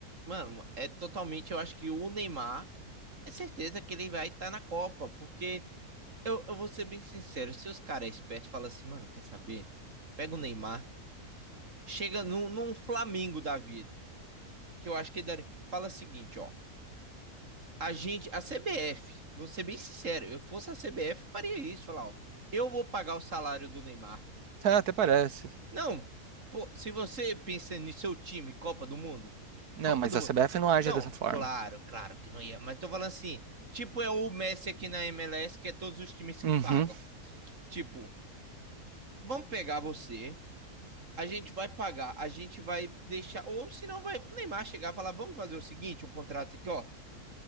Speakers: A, on the right (about 55°); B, on the right (about 80°).
A: Mano, é totalmente. Eu acho que o Neymar é certeza que ele vai estar na Copa. Porque eu, eu vou ser bem sincero: se os caras espertos falam assim, mano, quer saber? Pega o Neymar, chega num, num Flamengo da vida. Que eu acho que ele daria. Fala o seguinte, ó. A gente, a CBF, vou ser bem sincero, eu fosse a CBF, faria isso, falar, ó, eu vou pagar o salário do Neymar.
B: Tá, até parece.
A: Não, pô, se você pensa no seu time, Copa do Mundo,
B: Não,
A: Copa
B: mas
A: do
B: a
A: Mundo.
B: CBF não age
A: Não,
B: dessa forma.
A: claro, claro que não ia, mas tô falando assim, tipo é o Messi aqui na MLS, que é todos os times que
B: Uhum.
A: pagam. Tipo, vamos pegar você, a gente vai pagar, a gente vai deixar, ou se não vai o Neymar chegar e falar, vamos fazer o seguinte, um contrato aqui, ó,